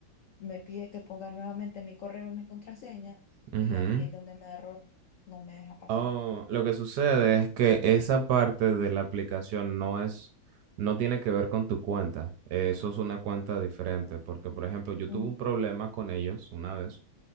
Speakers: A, on the left; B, on the right.
A: me pide que ponga nuevamente mi correo y mi contraseña,
B: Ujú.
A: y ahí es donde me da error, no me deja pasar.
B: Oh, lo que sucede es que esa parte de la aplicación no es, no tiene que ver con tu cuenta. Eh, Eso es una cuenta diferente, porque por ejemplo, yo
A: Mm.
B: tuve un problema con ellos una vez